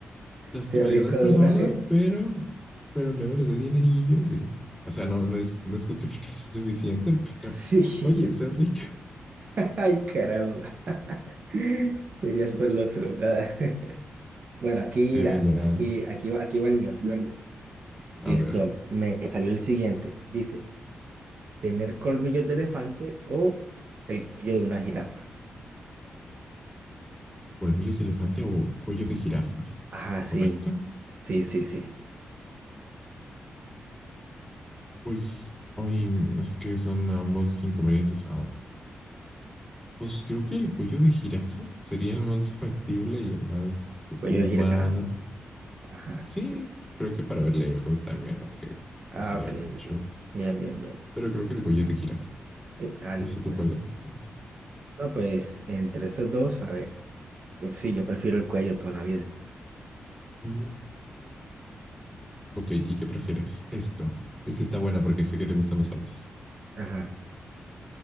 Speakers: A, in the centre; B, on the right.
A: Lastimaría
B: Ser rico
A: a las personas,
B: de una vez.
A: pero, pero luego les doy dinerillos y, o sea, no, no es, no es justificación <laughs> suficiente,
B: Sí.
A: pero, oye, ser rico.
B: <laughs> Ay, caramba. <laughs> Serías por el otro. <laughs> Ah, Bueno, aquí,
A: Sí,
B: mira,
A: ya,
B: aquí, aquí va, aquí va el mío, aquí va el mío.
A: a
B: Listo,
A: ver.
B: me salió el siguiente. Dice, ¿tener colmillos de elefante o el cuello de una jirafa?
A: colmillos de elefante o cuello de jirafa,
B: Ajá,
A: ¿correcto?
B: sí. Sí, sí, sí.
A: Pues, ay, es que son ambos inconvenientes. Ah, pues creo que el cuello de jirafa sería el más factible y el más
B: Cuello
A: humano.
B: de jirafa. Ajá.
A: Sí, creo que para ver lejos también, aunque
B: Ah,
A: pesaría
B: ok.
A: mucho,
B: ok. Bien, bien, bien.
A: pero creo que el cuello de jirafa.
B: Sí, ah,
A: No
B: listo.
A: sé tú cuál es.
B: No, pues, entre esos dos, a ver. Yo sí, yo prefiero el cuello toda la vida.
A: Mm, Ok, ¿y qué prefieres? Esto. Esta está buena porque sé que te gustan los autos.
B: Ajá.